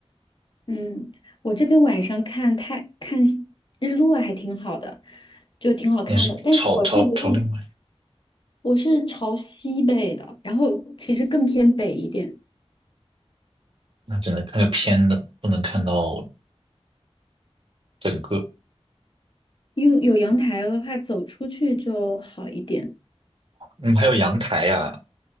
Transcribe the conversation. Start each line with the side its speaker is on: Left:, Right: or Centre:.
Left: 嗯，我这边晚上看太看日落还挺好的，就挺好看的。
Right: 你是朝朝朝另外，
Left: 但是我是有点，我是朝西北的，然后其实更偏北一点，
Right: 那只能看个偏的，不能看到整个。
Left: 因为有阳台的话，走出去就好一点。
Right: 嗯，还有阳台呀、